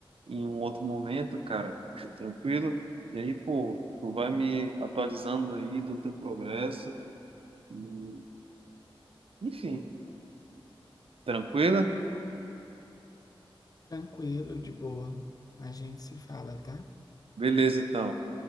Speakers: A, on the right (about 80°); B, on the left (about 40°).
A: em um outro momento, cara, tranquilo. E aí, pô, tu vai me atualizando aí do teu progresso. E, enfim, tranquila?
B: Tranquilo, de boa. A gente se fala, tá?
A: Beleza, então.